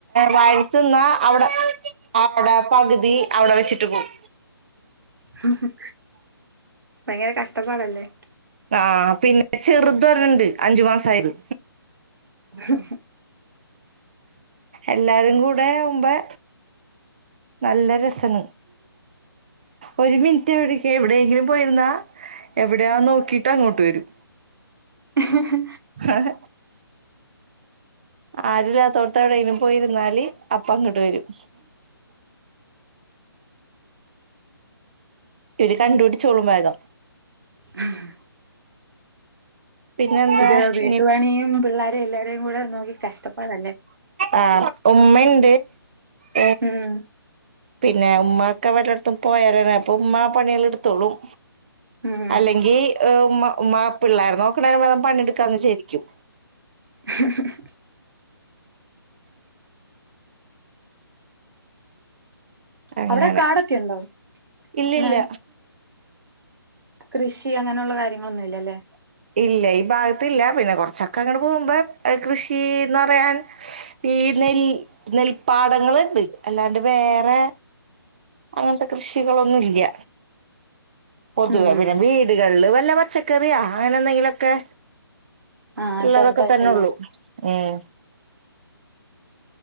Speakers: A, on the right; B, on the right.
A: വാരിത്തിന്നാ അവിടെ അവിടെ പകുതി അവിടെ വെച്ചിട്ട് പോകും.
B: ഹും ഹും ഭയങ്കര കഷ്ടപ്പാടല്ലേ?.
A: ആഹ പിന്നെ ചെറുത് ഒരണ്ണണ്ട് അഞ്ചു മാസം ആയത്.
B: ഹ്
A: എല്ലാരും കൂടെ വുമ്പേ നല്ല രസൻ ഒരു മിൻറ്റ് എവിട്ക്കെ എവിടെങ്കിലും പോയിരുന്നാ എവിടെയാ നോക്കിട്ട് അങ്ങോട്ട് വരും
B: ഹ് ഹ്
A: ആഹ ആരുല്ലാത്തോട്ത്തെ എവിടെ പോയിരുന്നാല് അപ്പ അങ്ങട് വരും. ഇത് കണ്ടുപിടിച്ചോളും വേഗം
B: ഹ
A: പിന്നെന്താ
B: ഇത് വീട്ടുപണിയും,
A: ഇനി
B: പിള്ളാരെയും എല്ലാരേയും കൂടെ നോക്കി കഷ്ടപ്പാടാല്ലേ?
A: ആഹ് ഉമ്മണ്ട് ഏഹ്
B: ഉം
A: പിന്നെ ഉമ്മാക്ക് വല്ലടത്തും പോയാലന്നെ അപ്പ ഉമ്മാ പണികള് എടുത്തോളും
B: ഉം
A: അല്ലെങ്കി ഉമ്മ ഉമ്മാ പിള്ളേരെ നോക്കണേ പകരം പണിയെടുക്കാന്ന് വിജാരിക്കും.
B: ഹ് ഹ് ഹ്
A: അങ്ങനെ
B: അവിടെ കാടൊക്കെ ഉണ്ടോ
A: ഇല്ലില്ല
B: ഇങ്ങനെ കൃഷി അങ്ങനെള്ള കാര്യങ്ങളൊന്നുല്ല ല്ലെ?
A: ഇല്ല ഈ ഭാഗത്തില്ല പിന്നെ കൊർച്ചൊക്കെ അങ്ങട് പോകുമ്പോ കൃഷിന്ന് പറയാൻ ഈ നെൽ നെൽപ്പാടങ്ങള്ണ്ട് അല്ലാണ്ട് വേറെ അങ്ങൻത്തെ കൃഷികളൊന്നു ഇല്ല പൊതുവേ
B: ഉം
A: പിന്നെ വീടുകളില് വല്ല പച്ചക്കറിയാ അങ്ങനെ എന്തെങ്കിലും ഒക്കെ
B: ആഹ്
A: ഇള്ളതക്ക
B: ചെറുതായിട്ടല്ലേ
A: തന്നെ ഒള്ളു ഉം